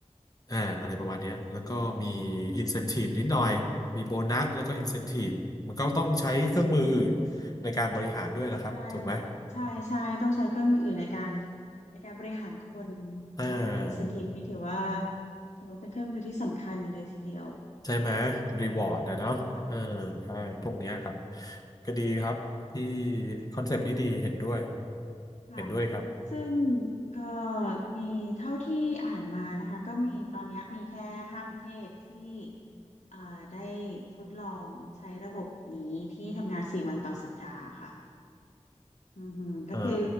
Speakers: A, on the left; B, on the left.
A: อ่าอะไรประมาณเนี้ยแล้วก็มี
B: อืม
A: incentive นิดหน่อยมีโบนัสแล้วก็ incentive มันก็ต้องใช้เครื่องมืออื่น
B: อืม
A: ในการบริหารด้วยนะครับถูกไหม
B: ใช่ค่ะใช่ใช่ต้องใช้เครื่องมืออื่นในการในการบริหารคน
A: อ่า
B: ใช่ค่ะ incentive นี่ถือว่าถือว่าเป็นเครื่องมือที่สำคัญเลยทีเดียว
A: ใช่ไหมรีวอร์ดนะเนาะเออ
B: ค่ะ
A: ใช่พวกเนี้ยครับก็ดีครับที่คอนเซปต์นี้ดีเห็นด้วย
B: ค่ะ
A: เห็นด้วยครับ
B: ซึ่งก็มีเท่าที่อ่านมานะคะก็มีตอนเนี้ยมีแค่ห้าประเทศที่อ่าได้ทดลองใช้ระบบนี้ที่ทำงานสี่วันต่อสัปดาห์ค่ะอือหือก็คือ
A: เอ